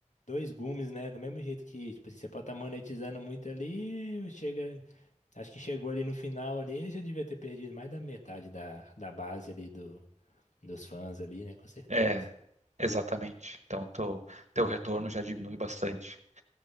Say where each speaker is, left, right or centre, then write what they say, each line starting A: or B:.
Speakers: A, on the left (about 70°); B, on the right (about 65°).
A: dois gumes, né? Do mesmo jeito que, tipo assim, você pode estar monetizando muito ali, chega. Acho que chegou ali no final ali, já devia ter perdido mais da metade da, da base ali do, dos fãs ali, né? Com certeza.
B: é, exatamente. Então teu, teu retorno já diminui bastante.